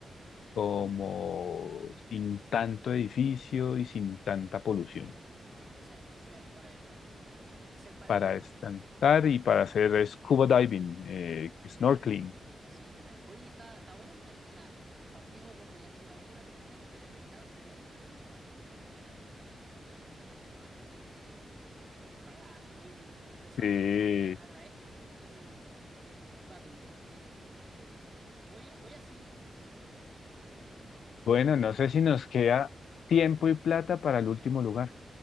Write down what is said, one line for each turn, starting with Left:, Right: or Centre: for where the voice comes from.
Left: como
Right: Qué rico.
Left: sin tanto edificio y sin tanta polución.
Right: Perfecto. O sea, especial para descansar. Especial para
Left: para
Right: descansar.
Left: estantar
Right: Mira,
Left: y para hacer scuba diving, eh, snorkeling.
Right: mira. Sí, sí, sí, mira. Oye, está, está bueno el viaje. O sea, partimos desde la ciudad pura, terminamos en el descanso y ya y con eso me voy con mis vacaciones, pero más que pagadas. Oye, eh, interesante.
Left: Eh,
Right: Oye, de- a- agradezco tu, los datos. Yo creo que eh, voy a, voy a seguir tu consejo, la verdad. Voy a seguir tu consejo,
Left: bueno,
Right: sí.
Left: no sé si nos queda tiempo y plata para el último lugar.